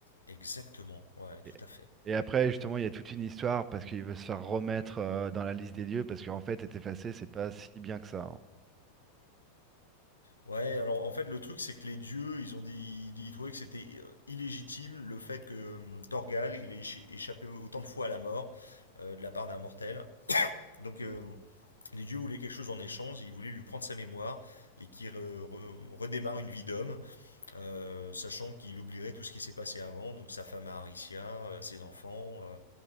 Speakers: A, on the left; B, on the right.
A: exactement. Ouais, tout
B: Et...
A: à fait.
B: et après, justement, il y a toute une histoire parce qu'il veut se faire remettre euh, dans la liste des dieux parce qu'en fait, être effacé, c'est pas si bien que ça. hein.
A: Ouais, alors en fait le truc c'est que les dieux, ils ont dit, ils trouvaient que c'était euh, illégitime le fait que hum, Torgal il ait échi- échappé autant de fois à la mort euh, de la part d'un mortel. Donc euh, les dieux voulaient quelque chose en échange, ils voulaient lui prendre sa mémoire et qu'il re- re- redémarre une vie d'homme, euh, sachant qu'il oublierait tout ce qui s'est passé avant, donc sa femme à Aricia, euh, ses enfants euh,